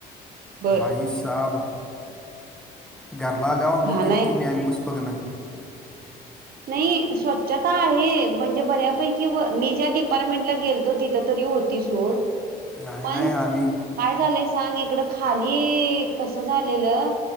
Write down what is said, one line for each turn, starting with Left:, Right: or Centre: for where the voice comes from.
Right: बर
Centre: भाईसाब घरला आल्यावर अंघोळ
Right: घाण
Centre: केलती
Right: आहे
Centre: मी अन पुष्पकन
Right: नाही स्वच्छता आहे म्हणजे बऱ्यापैकी मी ज्या डिपार्टमेंटला गेलतो तिथं तरी होती ती सोड
Centre: न्हाय
Right: पण
Centre: न्हाय आम्ही
Right: काय झालंय सांग इकडं खाली कसं झालेलं